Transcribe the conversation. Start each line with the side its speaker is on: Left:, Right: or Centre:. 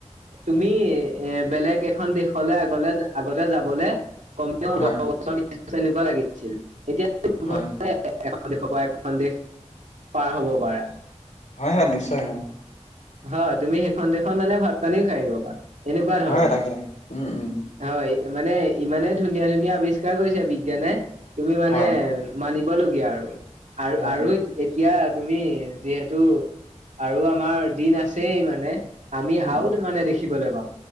Right: তুমি এ বেলেগ এখন দেশলৈ আগলে- আগতে যাবলে, কমকে
Left: হয়
Right: দহ <unintelligible> এনেকুৱা লাগিছিল। দুঘণ্টাতে
Left: হয়
Right: এখন দেশৰ পৰা এখন দেশ পাৰ হব পাৰা।
Left: হয় - হয়, নিশ্চয় হম।
Right: হয়, তুমি সেইখন দেশত মানে ভাত-পানীও খাই আহিব পাৰা, এনেকুৱা ধৰণৰ
Left: হয় তাকে
Right: মানে।
Left: তাকে উম উম
Right: হয়, মানে ইমানে ধুনীয়া - ধুনীয়া আৱিষ্কাৰ কৰিছে বিজ্ঞানে, তুমি মানে
Left: হয়
Right: মানিবলগীয়া আৰু। আৰু
Left: হয়
Right: - আৰু এতি তিয়া তুমি যিহেতু আৰু আমাৰ দিন আছেই মানে, আমি
Left: উম
Right: আউট
Left: উম
Right: তো মানে দেখিবলৈ পাম